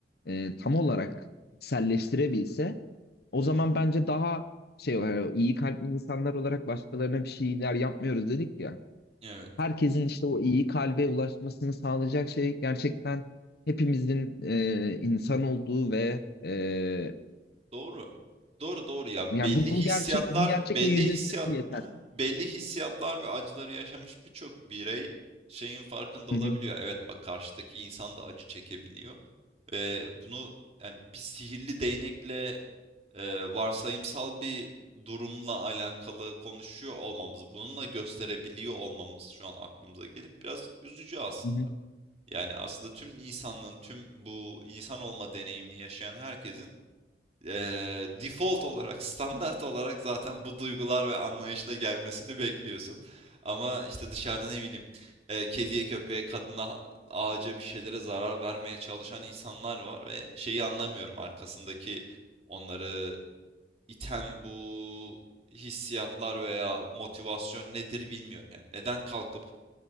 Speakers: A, on the left; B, on the right.
A: e, tam olarak içselleştirebilse o
B: Hı hı.
A: zaman bence daha şey olarak yani iyi kalpli insanlar olarak başkalarına bir şeyler yapmıyoruz dedik ya.
B: Evet.
A: Herkesin işte o iyi kalbe ulaşmasını sağlayacak şey gerçekten hepimizin e, insan olduğu ve e,
B: Doğru. Doğru doğru ya.
A: yani
B: Belli
A: bu bu
B: hissiyatlar,
A: gerçek bu gerçekle
B: belli
A: yüzleşseler
B: hissiyat,
A: yeter.
B: <laughs> Haha. belli hissiyatlar ve acıları yaşamış birçok birey şeyin farkında
A: Hı
B: olabiliyor.
A: hı.
B: Evet bak karşıdaki insan da acı çekebiliyor. Ve bunu yani bir sihirli değnekle e, varsayımsal bir durumla alakalı konuşuyor olmamız, bununla gösterebiliyor olmamız şu an aklımıza gelip biraz üzücü aslında.
A: Hı
B: Yani aslında tüm insanlığın, tüm bu insan olma deneyimini yaşayan herkesin eee, default olarak, standart olarak zaten bu duygular ve anlayışla gelmesini bekliyorsun. Ama işte dışarıda ne bileyim, eee, kediye, köpeğe, kadına, ağaca bir şeylere zarar vermeye çalışan insanlar var ve şeyi anlamıyorum arkasındaki onları iten bu hissiyatlar veya motivasyon nedir bilmiyorum yani. Neden kalkıp